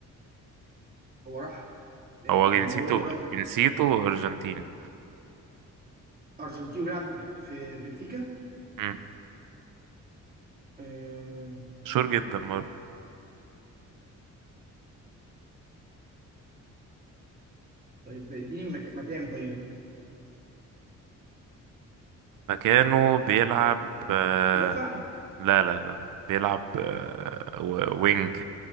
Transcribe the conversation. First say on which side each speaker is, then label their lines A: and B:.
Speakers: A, on the right; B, on the right.
A: هو راح آه،
B: هو
A: يعني
B: جنسيته
A: هو دلوقتي
B: جنسيته أرجنتيني
A: أرجنتيني بيلعب بف- في بنفيكا
B: مم.
A: آه
B: مشهور جدا برضه
A: طيب اديني مك- مكان طيب
B: مكانه بيلعب آه
A: مدافع
B: لا لا لا لا بيلعب آه و- وينج